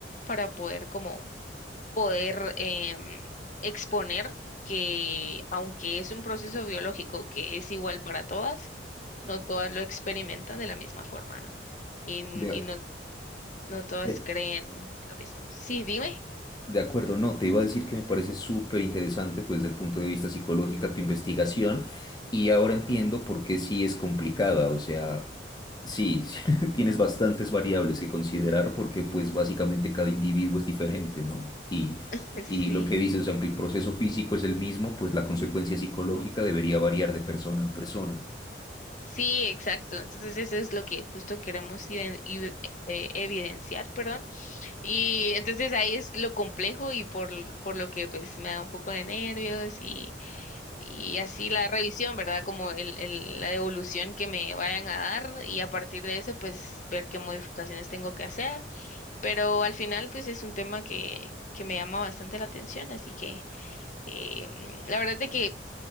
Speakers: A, on the left; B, on the left.
A: para poder como poder eh, exponer que aunque es un proceso biológico que es igual para todas, no todas lo experimentan de la misma forma, ¿no? Y,
B: De,
A: y no, no todas
B: de-
A: creen lo mismo. Sí, dime.
B: De acuerdo, no, te iba a decir que me parece súper interesante, pues, desde el punto de vista psicológica, tu investigación, y ahora entiendo por qué sí es complicada, o sea, sí, <laughs> sí, tienes bastantes variables que considerar porque, pues, básicamente cada individuo es diferente, ¿no? Y,
A: <laughs> Sí,
B: y lo que dices, o sea, aunque el proceso físico es el mismo, pues la consecuencia psicológica debería variar de persona a persona.
A: sí, exacto. Entonces eso es lo que justo queremos iden- ide- eh, evidenciar, perdón. Y entonces ahí es lo complejo y por, por lo que pues me da un poco de nervios y así la revisión, ¿verdad? Como el, el- la devolución que me vayan a dar y a partir de eso, pues ver qué modificaciones tengo que hacer. Pero al final, pues es un tema que, que me llama bastante la atención, así que eh, mm, la verdad es que